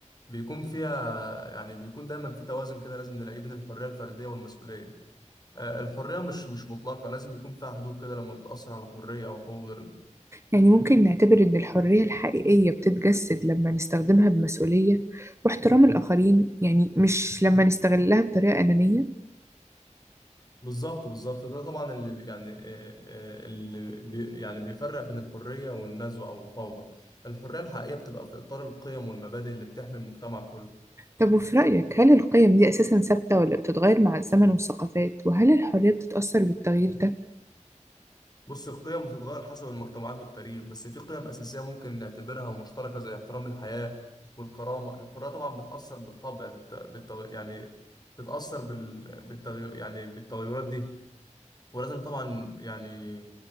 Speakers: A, on the left; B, on the right.
A: بيكون فيها يعني بيكون دايما في توازن كده لازم نلاقيه بين الحرية الفردية والمسؤولية آه، الحرية مش مش مطلقة لازم يكون فيها حدود كده لما بتأثر على حرية أو حقوق غيرنا
B: يعني ممكن نعتبر إن الحرية الحقيقية بتتجسد لما نستخدمها بمسؤولية واحترام الآخرين يعني مش لما نستغلها بطريقة أنانية
A: بالظبط بالظبط ده طبعا اللي بي- يعني آه، آه، اللي بي يعني بيفرق بين الحرية والنزوة أو الفوضى الحرية الحقيقية بتبقى في إطار القيم والمبادئ اللي بتحمي المجتمع كله
B: طب وفي رأيك هل القيم دي أساسا ثابتة ولا بتتغير مع الزمن والثقافات وهل الحرية بتتأثر بالتغيير ده؟
A: بص القيم بتتغير حسب المجتمعات والتاريخ بس في قيم أساسية ممكن نعتبرها مشتركة زي احترام الحياة والكرامة الحرية طبعا بتأثر بالطبع بالت... بالتغ... يعني بتأثر بال... بالتغي... يعني بالتغيرات دي ولازم طبعا يعني